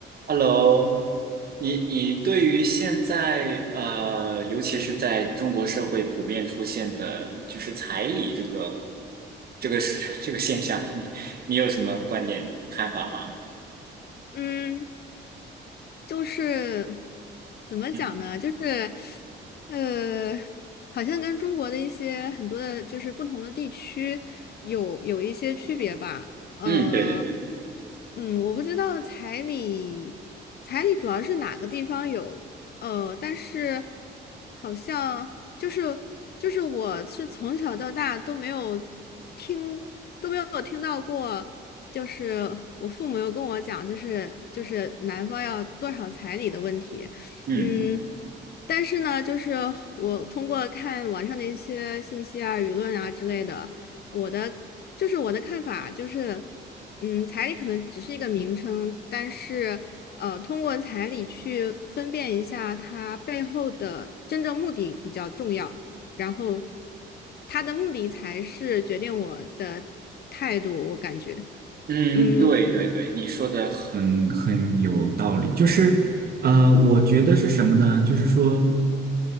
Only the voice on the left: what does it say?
嗯，就是怎么讲呢？
就是呃，好像跟中国的一些很多的，就是不同的地区有有一些区别吧。呃，
嗯，我不知道彩礼，彩礼主要是哪个地方有，呃，但是好像就是就是我是从小到大都没有。听。都没有听到过，就是我父母有跟我讲，就是就是男方要多少彩礼的问题，
嗯，但是呢，就是我通过看网上的一些信息啊、舆论啊之类的，我的就是我的看法就是，嗯，彩礼可能只是一个名称，但是呃，通过彩礼去分辨一下它背后的真正目的比较重要，然后它的目的才是决定我的态度，我感觉，
嗯